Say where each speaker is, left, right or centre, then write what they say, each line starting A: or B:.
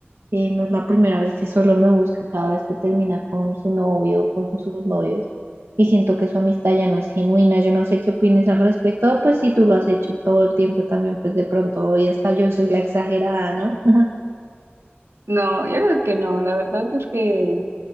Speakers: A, on the right (about 75°); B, on the right (about 85°).
A: Eh, no es la primera vez que solo me busca cada vez que termina con su novio o con sus novios. Y siento que su amistad ya no es genuina. Yo no sé qué opines al respecto. Pues si tú lo has hecho todo el tiempo también, pues de pronto hoy hasta yo soy la exagerada, ¿no? <laughs>
B: No, yo digo que no. La verdad es que